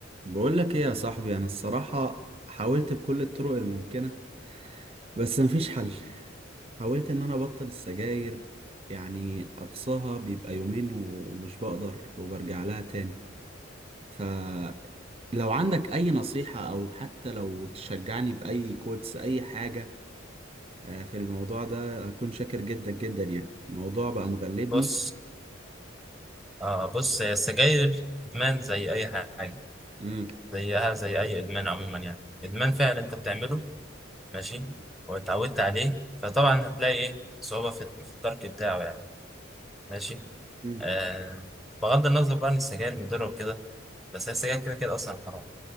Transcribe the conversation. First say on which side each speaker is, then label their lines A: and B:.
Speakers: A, on the right (about 30°); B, in the centre.
A: بقول لك ايه يا صاحبي انا الصراحة حاولت بكل الطرق الممكنة بس مفيش حل حاولت ان انا ابطل السجاير يعني اقصاها بيبقى يومين ومش بقدر وبرجع لها تاني فلو عندك اي نصيحة او حتى لو تشجعني باي كوتس اي حاجة آه، في الموضوع ده اكون شاكر جدا جدا يعني الموضوع بقى مغلبني
B: بص آه بص هي السجاير إدمان زي أي حاجة
A: امم
B: زيها زي أي إدمان عموما يعني إدمان فعلا أنت بتعمله ماشي واتعودت عليه فطبعا هتلاقي إيه صعوبة في في الترك بتاعه يعني ماشي
A: أمم.
B: آه بغض النظر بقى عن السجاير مضرة وكده بس هي السجاير كده كده أصلا حرام